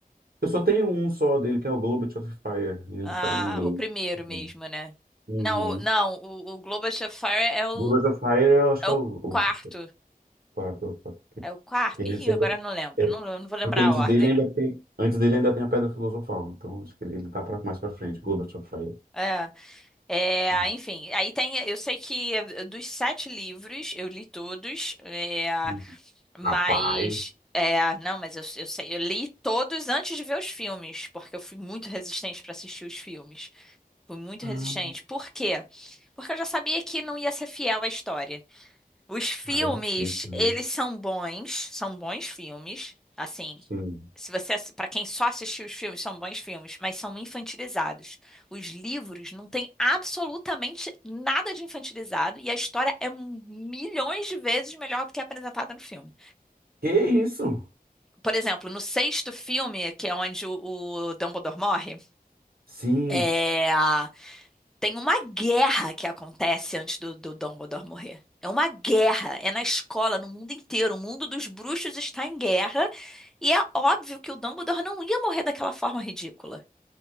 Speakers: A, on the right; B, in the centre.
A: Eu só tenho um só dele, que é o Globet of Fire. e Ele
B: Ah,
A: tá em inglês.
B: o primeiro mesmo,
A: Uhum.
B: né?
A: Uhum.
B: Não, o- não, o, o Globo of Fire é o
A: Globet of Fire, eu acho
B: é
A: que
B: o
A: é o, o
B: quarto.
A: quarto. o quarto, Que
B: É o quarto.
A: que antes
B: Ih,
A: ainda,
B: agora eu não lembro.
A: é,
B: Não, eu não vou lembrar
A: porque antes
B: a ordem.
A: dele ainda tem, antes dele ainda tem a Pedra Filosofal. Então acho que ele, ele tá pra, mais pra frente. Globet of Fire.
B: É. É,
A: Uhum.
B: enfim, aí tem. Eu sei que eh, dos sete livros eu li todos, é,
A: Uhum.
B: mas.
A: Rapaz.
B: É, não, mas eu, eu sei, eu li todos antes de ver os filmes, porque eu fui muito resistente para assistir os filmes. Fui muito
A: Ah,
B: resistente. Por quê? Porque eu já sabia que não ia ser fiel à história. Os filmes,
A: ah, é difícil,
B: eles
A: né?
B: são bons, são bons filmes. Assim,
A: Sim.
B: se você, para quem só assistiu os filmes, são bons filmes, mas são infantilizados. Os livros não têm absolutamente nada de infantilizado e a história é milhões de vezes melhor do que é apresentada no filme.
A: Que isso?
B: Por exemplo, no sexto filme, que é onde o, o Dumbledore morre,
A: Sim.
B: é, tem uma guerra que acontece antes do, do Dumbledore morrer. É uma guerra, é na escola, no mundo inteiro. O mundo dos bruxos está em guerra. E é óbvio que o Dumbledore não ia morrer daquela forma ridícula.